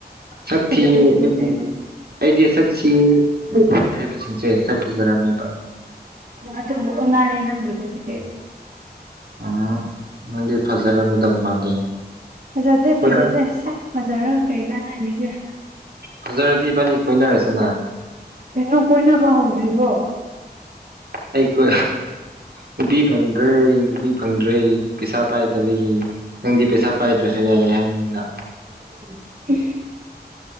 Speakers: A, on the right (about 65°); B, on the right (about 50°).
A: ꯁꯛ
B: ꯐꯖꯗꯦ
A: ꯊꯤꯕ
B: ꯐꯖꯗꯦꯗꯣ
A: ꯅꯨꯄꯤ ꯑꯩꯗꯤ ꯁꯛ ꯊꯤꯌꯦ ꯍꯥꯏꯕꯁꯤꯡꯁꯦ ꯁꯛ ꯐꯖꯔꯝꯃꯦꯕ
B: ꯑꯗꯨꯕꯨ ꯑꯣꯟꯅꯔꯦ ꯅꯪꯒꯤꯗꯨꯗꯤ
A: ꯎꯝ ꯅꯪꯗꯤ ꯐꯖꯔꯝꯒꯗꯧ ꯃꯥꯜꯂꯦ
B: ꯐꯖꯗꯦ
A: ꯀꯣꯏꯅ
B: ꯐꯖꯗꯦ ꯁꯛ ꯐꯖꯔꯒ ꯀꯩ ꯀꯥꯟꯅꯅꯤꯒꯦ
A: ꯐꯖꯔꯗꯤ ꯏꯕꯥꯅꯤ ꯀꯣꯏꯅꯔꯁꯦꯅ
B: ꯀꯩꯅꯣ ꯀꯣꯏꯅꯕ ꯍꯧꯗ꯭ꯔꯤꯕꯣ
A: ꯑꯩꯀꯣ ꯅꯨꯄꯤ ꯐꯪꯗ꯭ꯔꯦ ꯅꯨꯄꯤ ꯐꯪꯗ꯭ꯔꯦ ꯄꯩꯁꯥ ꯄꯥꯏꯗꯕꯒꯤ ꯅꯪꯗꯤ ꯄꯩꯁꯥ ꯄꯥꯏꯗ꯭ꯔꯁꯨ ꯌꯥꯏ ꯍꯥꯏꯕꯅꯤꯅ
B: <inaudible>